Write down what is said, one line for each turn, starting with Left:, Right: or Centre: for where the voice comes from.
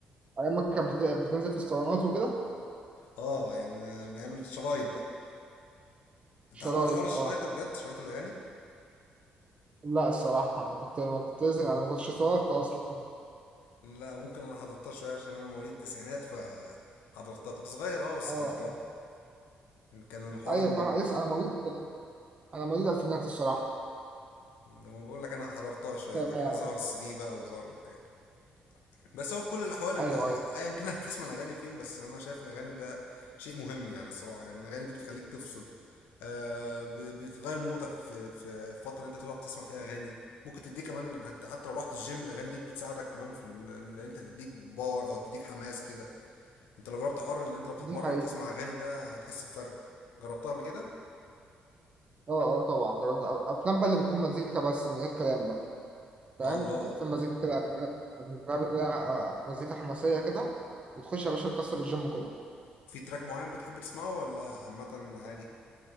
Right: ايام ما كانت بت- بتنزل في الصالونات وكده
Left: اه يعني من ايام الشرايط بقى انت
Right: شرايط
Left: حضرت حوار الشرايط
Right: اه
Left: ده بجد شرايط الاغاني
Right: لا الصراحه أنا كنت ما كنت لازم انا ما كنتش صالونات اصلا <laughs>
Left: لا ممكن انا حضرتها شويه عشان انا مواليد التسعينات ف حضرتها كنت صغير اه بس
Right: اه
Left: حضرتها
Right: اه
Left: كان الحوار
Right: ايوه
Left: ان
Right: فاهم لسه انا مواليد انا مواليد الفينات الصراحه
Left: لما بقول لك انا حضرتها شويه
Right: ف-
Left: بعد كده ظهر السي دي بقى وظهر الحاجات بس هو في كل الاحوال انت
Right: ايوه ايوه
Left: ايا كان هتسمع الاغاني فين بس انا شايف الاغاني ده شيء مهم يعني الصراحه يعني الاغاني دي بتخليك تفصل آه ب- بتغير مودك في في فتره انت تقعد تسمع فيها اغاني ممكن تديك كمان انت حتى لو رحت الجيم الاغاني دي بتساعدك كمان في ال- ان انت تديك باور او تديك حماس كده انت لو جربت حر اللي انت بتتمرن
Right: دي حقيقة
Left: وتسمع اغاني ده هتحس بفرق جربتها قبل كده
Right: اه اه طبعا جربت أ- افلام بقى اللي بتكون مزيكا بس من غير كلام بقى فاهم
Left: اه اللي هو
Right: افلام مزيكا كده أجنبي أجنبي ده آه، مزيكا حماسية كده وتخش يا باشا تكسر الجيم كله
Left: في تراك معين بتحب تسمعه ولا عامه عادي